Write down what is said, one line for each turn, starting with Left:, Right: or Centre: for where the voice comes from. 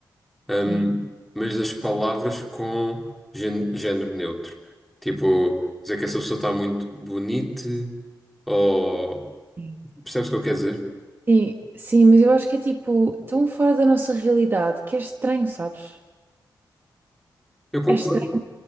Centre: hum,
Right: Sim.
Centre: mas das palavras com gén- género neutro. Tipo, dizer que essa pessoa está muito bonita, ou.
Right: Sim,
Centre: Percebes o que eu quero dizer?
Right: sim, sim, mas eu acho que é tipo tão fora da nossa realidade que é estranho, sabes?
Centre: Eu concordo.
Right: É estranho